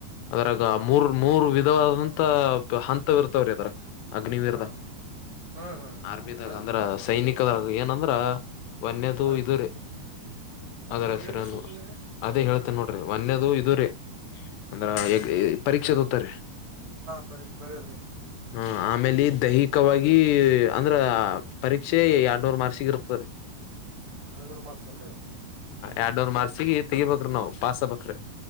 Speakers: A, on the left; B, on the right.
A: ಅರಾಗ ಮೂರ್ ಮೂರ್ ವಿಧವಾದಂತ ಹಂತವಿ ಇರ್ತವ್ರೀ ಅದ್ರಾಗ ಅಗ್ನಿವೀರ್ದಾಗ
B: ಹಾಂ ಹಾಂ ಹಾಂ
A: ಆರ್ಮಿದಾಗ
B: ಅದು
A: ಅಂದ್ರ ಸೈನಿಕದಾಗ ಏನಂದ್ರ ಒನ್ಯದು
B: ಅದ್ರ
A: ಇರೆ ಅದ್ರ
B: ಬಗ್ಗೆ
A: ಹೆಸರನು
B: ಹೇಳ್ರಿ ಸ್ವಲ್ಪ ನನಗೆ
A: ಅದೇ ಹೇಳ್ತೇನ ನೋಡ್ರಿ ಮನ್ೇದು ಇದುರಿೀ ಅಂದ್ರ ಎಗ್ ಪರೀಕ್ಷೆದತ್ತಾರೆ
B: ಬರ ಬರೋದ ರೀ
A: ಆ ಆಮೇಲೆ ದೈಹಿಕವಾಗಿ ಅಂದ್ರ ಪರೀಕ್ಷೆ ಎರಡ್ನೂರ್ ಮಾರ್ಸಿಗೆ ಇರ್ಕ್ತ್ರರಿ
B: ಎರಡುನೂರು ಮಾರ್ಕ್ಸ್ ಏನ್ ರೀ
A: ಎರಡ್ೋ ಮಾರ್ಸಿ ತೆಗರ್ಬೇಕ್ರಿ ನಾವವು ಪಸ್ ಬಕ್್ರೀ